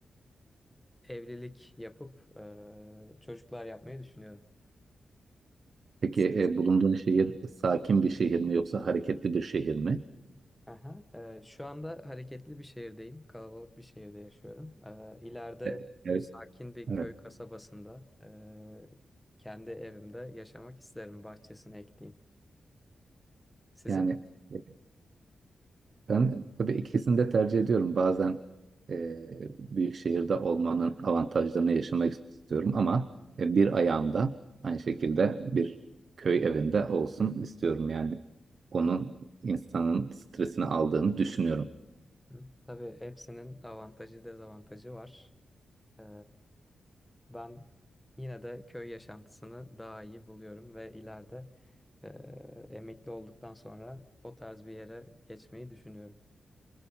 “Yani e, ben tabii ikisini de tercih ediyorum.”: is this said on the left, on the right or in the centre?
Right